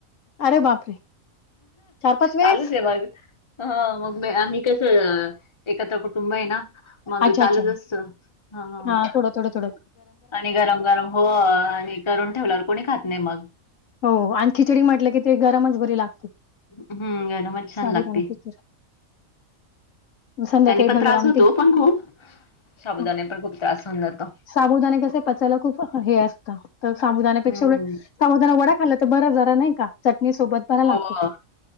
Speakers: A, on the left (about 70°); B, on the left (about 25°).
A: अरे बापरे चार पाच वेळेस
B: चालूच आहे मग ह मग आम्ही स एकत्र कुटुंब आहे ना, मग
A: अच्छा
B: चालूच
A: अच्छा
B: असतं. हां.
A: हा थोडे थोडे थोडे.
B: आणि गरम गरम हो. आणि करून ठेवल्यावर कोणी खात नाही मग.
A: हो आणि खिचडी म्हटलं की, ते गरमच बरी लागते.
B: हम गरमच छान
A: साबुदाणा
B: लागते.
A: खिचडी संध्याकाळी
B: त्यांनी पण
A: भगर
B: त्रास
A: आमटी
B: होतो. पण खूप साबुदाने
A: हं,
B: पण खूप त्रास होऊन जातो.
A: साबुदाणे कसे पचायला खूप हे असतं. साबुदाण्यापेक्षा
B: हं.
A: उलट साबुदाणावडा खाल्ला तर बरं जरा नाही का चटणी सोबत बरं
B: हो.
A: लागतो तो.